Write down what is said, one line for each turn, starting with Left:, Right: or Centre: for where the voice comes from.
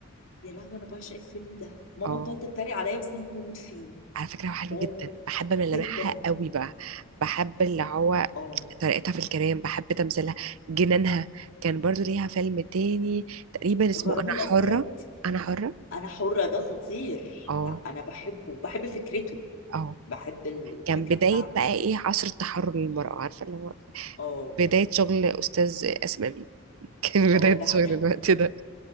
Left: يا لهوي انا بعشق الفيلم ده ماما
Right: اه
Left: بتقعد تتريق عليا بس انا بموت فيه
Right: على فكرة هو حلو
Left: والله
Right: جدا بحب ملامحها
Left: جدا
Right: قوي بقى بحب اللي هو
Left: اه
Right: طريقتها في الكلام بحب تمثيلها جنانها كان برضو ليها فيلم تاني تقريبا اسمه
Left: غرام
Right: أنا
Left: الاسياد
Right: حرة أنا حرة
Left: انا حرة ده خطير
Right: اه
Left: لا انا بحبه بحب فكرته
Right: اه
Left: بحب الفكرة
Right: كان بداية
Left: بتاعته
Right: بقى ايه عصر التحرر للمرأة عارفة اللي هو
Left: اه
Right: بداية شغل أستاذ آسم أمين <laughs> كان
Left: اه
Right: بداية
Left: ده حد-
Right: شغل الوقت ده